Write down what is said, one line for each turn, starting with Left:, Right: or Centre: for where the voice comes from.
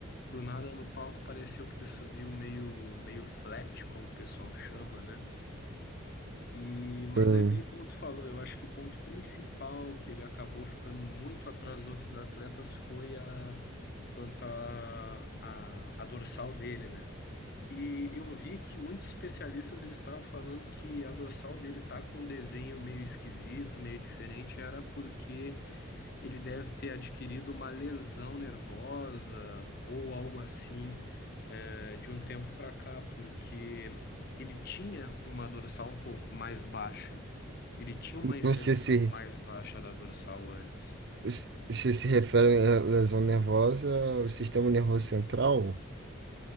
Left: Do nada no palco pareceu que ele subiu meio, meio flat, como o pessoal chama, né? E, mas
Right: Tem,
Left: é bem como tu falou, eu acho que o ponto principal que ele acabou ficando muito atrás dos outros atletas foi a quanto à a, a, dorsal dele, né? E eu vi que muitos especialistas eles estavam falando que a dorsal dele tá com um desenho meio esquisito, meio diferente, era porque ele deve ter adquirido uma lesão nervosa ou algo assim, eh, de um tempo para cá, porque ele tinha uma dorsal um pouco mais baixa. Ele tinha uma inserção
Right: não sei se
Left: mais baixa da dorsal antes.
Right: Se se se refere à lesão nervosa, o sistema nervoso central?